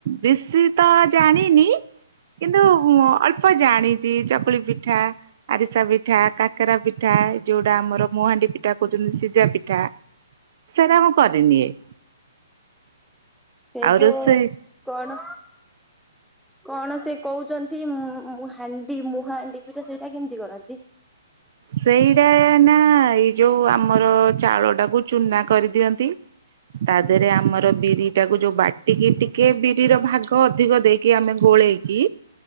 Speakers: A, on the right; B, in the centre.
A: ବେଶୀ ତ ଜାଣିନି। କିନ୍ତୁ ମୁଁ ଅଳ୍ପ ଜାଣିଛି ଚକୁଳି ପିଠା ଆରିସା ପିଠାା। କରା ପିଠା ଯୋ ଟା ଆମର ମୁହାଣ୍ଡି ପିଠା କହୁଛନ୍ତି ସିଝା ପିଠା ସେଟା ମୁଁ କରିରେନି ଏ
B: ସେ
A: ଆଉ
B: ଯଉ
A: ରୋଷେଇ
B: କଣ କଣ ସେ କହୁଛନ୍ତି ହାଣ୍ଡି ମୁହା ପିଠା ସେଇଟା କେମିତି କରନ୍ତି।
A: ସେଇଟା ନା ଏଇ ଯୋଉ ଆମର ଚାଉଳ ଟାକୁ ଚୁନା କରିଦିଅନ୍ତି। ତା ଦେହରେ ଆମର ବିରି ଟାକୁ ଯୋଉ ବାଟି ଟିକେ ଟିକେ ବିରିର ଭାଗ ଅଧିକ ଦେଇକି ଆମେ ଗୋଳେଇକି